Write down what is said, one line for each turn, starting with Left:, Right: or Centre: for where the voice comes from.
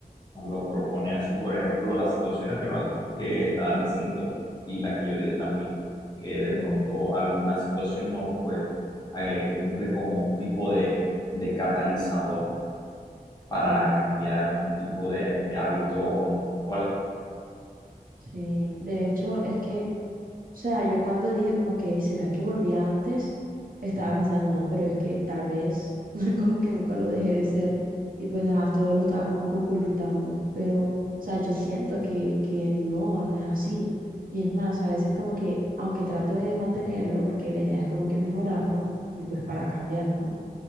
Left: nos lo propone así, por ejemplo, las situaciones que, nos, que estabas diciendo y la que yo dije también, que de
Right: Ujú,
Left: pronto alguna situación no pues, eh, cumple como un tipo de, de catalizador para
Right: claro.
Left: cambiar un tipo de, de hábito conductual,
Right: Sí, de hecho es que O sea, yo cuando dije como que, ¿será que volvía antes? Estaba pensando, no, pero es que tal vez <laughs> como que nunca lo dejé de ser y pues ajá, todo lo estaba como que ocultando, pero, o sea, yo siento que, que no, no es así. Y es más, a veces como que, aunque trato de mantenerlo, porque la idea es como que mejorarlo y pues para cambiar, ¿no?